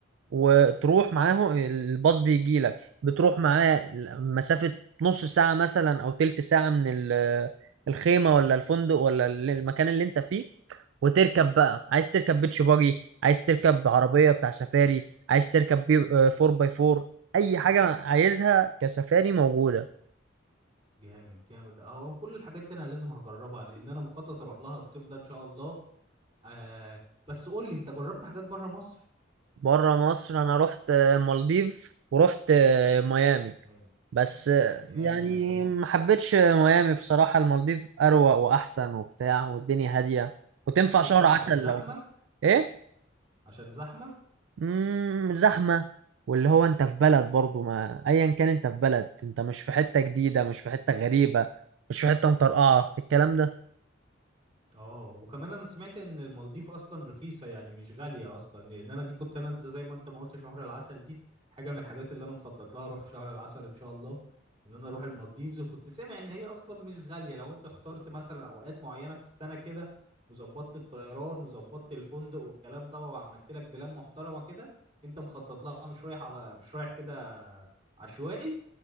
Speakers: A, on the right; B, on the right.
A: وتروح معاه الباص بيجي لك بتروح معاه مسافة نص ساعة مثلا أو تلت ساعة من ال- الخيمة ولا الفندق ولا المكان اللي انت فيه وتركب بقى عايز تركب بيتش باجي عايز تركب عربية بتاع سفاري عايز تركب بي 4 باي 4 أي حاجة عايزها كسفاري موجودة
B: جامد جامد اهو كل الحاجات دي انا لازم هجربها لان انا مخطط اروح لها الصيف ده ان شاء الله آه بس قول لي انت جربت حاجات بره مصر
A: بره مصر أنا رحت آه، مالديف ورحت آه، ميامي
B: جامد
A: بس آه،
B: جامد
A: يعني ما حبيتش آه، ميامي بصراحة المالديف أروق وأحسن وبتاع والدنيا هادية وتنفع
B: ليه
A: شهر
B: اه
A: عسل
B: عشان زحمه
A: لو إيه؟
B: عشان زحمه
A: مم، زحمة واللي هو انت في بلد برضو ما ايا كان انت في بلد انت مش في حتة جديدة مش في حتة غريبة مش في حتة مطرقعة الكلام ده
B: اه وكمان انا سمعت ان المالديف اصلا رخيصه يعني مش غاليه اصلا لان انا دي كنت انا انت زي ما انت ما قلت شهر العسل دي حاجه من الحاجات اللي انا مخطط لها اروح في شهر العسل ان شاء الله ان انا اروح المالديفز وكنت سامع ان هي اصلا مش غاليه لو انت اخترت مثلا اوقات معينه في السنه كده وظبطت الطيران وظبطت الفندق والكلام ده وعملت لك بلان محترمه كده انت مخطط لها مش رايح على مش رايح كده عشوائي